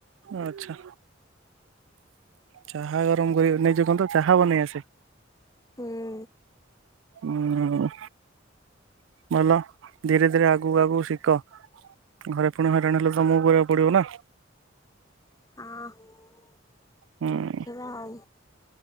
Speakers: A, on the right; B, on the left.
A: ଆଚ୍ଛା। ଚାହା ଗରମ କରି ନେଇଯ କନ୍ତ ଚାହା ବନେଇ ଆସେ?
B: ହୁଁ।
A: ଉଁ। ଆଁ। <unintelligible> ଧୀରେ ଧୀରେ ଆଗୁକୁ ଆଗୁକୁ ଶିକ। ଘରେ ପୁଣି ହଇରାଣ ହେଲେ ତମକୁ କରିବାକୁ ପଡିବ ନା।
B: ହଁ।
A: ହୁଁ।
B: କିବାଉ।